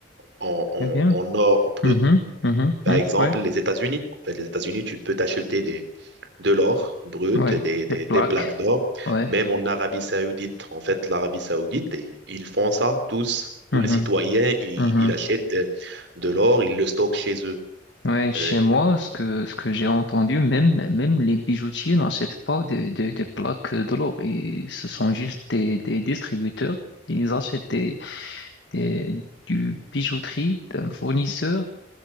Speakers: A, on the right (about 65°); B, on the left (about 65°).
A: en, en,
B: eh bien.
A: en or brut.
B: Mhm, mhm,
A: Par
B: mhm,
A: exemple,
B: Ouais,
A: les États-Unis. En fait, les États-Unis, tu peux t'acheter des, de l'or brut
B: ouais.
A: et des, des-
B: Des plaques.
A: des plaques d'or,
B: Ouais.
A: même en Arabie Saoudite. En fait, l'Arabie Saoudite, et- ils font ça tous. Tous
B: Mhm,
A: les citoyens, ils,
B: mhm.
A: ils achètent de, de l'or, ils le stockent chez eux.
B: Ouais, chez
A: Euh,
B: moi, ce que, ce que j'ai entendu, même, même les bijoutiers n'achètent pas des, des, des plaques euh, de l'or. Et ce sont juste des, des distributeurs. Ils achètent des, des, du bijouterie d'un fournisseur